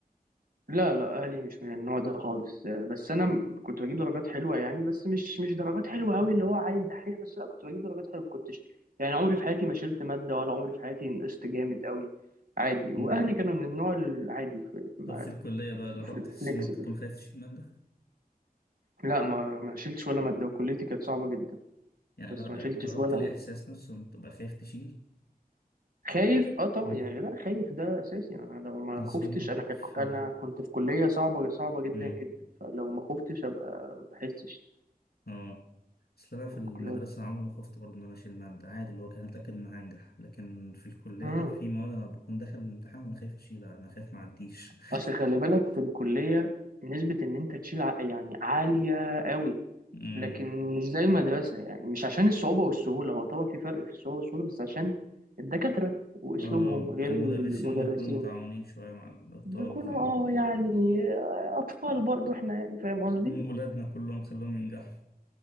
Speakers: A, on the right; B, on the left.
A: لا لا اهلي مش من النوع ده خالص آه، بس انا م- كنت بجيب درجات حلوه يعني بس مش مش درجات حلوه قوي اللي هو عيل دحيح بس لا كنت بجيب درجات حلوه ما كنتش يعني عمري في حياتي ما شلت ماده ولا عمري في حياتي نقصت جامد قوي عادي
B: مم.
A: واهلي كانوا من النوع العادي في مع-
B: طب في الكلية بقى جربت تحس
A: فليكسبل
B: إنك تكون خايف تشيل مادة؟
A: لا ما ما شلتش ولا ماده وكليتي كانت صعبه جدا
B: يعني
A: بس
B: جر-
A: ما شلتش
B: جربت
A: ولا
B: الإحساس
A: ماده
B: نفسه إن تبقى خايف تشيل؟
A: خايف اه طبعا
B: امم
A: يعني لا خايف ده اساسي انا لو ما
B: أصل
A: خفتش
B: مثلا
A: انا كك...
B: في
A: انا كنت في كليه صعبه صعبه جدا
B: امم
A: جدا فلو ما خفتش ابقى ما بحسش
B: آه أصل أنا في المدرسة
A: الكليه
B: عمري ما خفت برضه إن أنا أشيل مادة عادي اللي هو كان متأكد إن أنا هنجح لكن في الكلية
A: امم
B: في مواد أنا بكون داخل الامتحان وأنا خايف أشيلها أنا خايف معديش
A: اصل خلي بالك في الكليه نسبه ان انت تشيل ع- يعني عاليه قوي
B: <laughs> امم
A: لكن مش زي المدرسه يعني مش عشان الصعوبه والسهوله هو طبعا في فرق في الصعوبه والسهوله بس عشان الدكاتره واسلوبهم
B: آه
A: غير
B: المدرسين
A: المدرسين
B: بيكونوا متعاونين شوية مع الطلبة
A: بيكونوا
B: ف
A: اه يعني آه، اطفال برضو احنا يعني فاهم قصدي
B: ولادنا كلهم خلوهم ينجحوا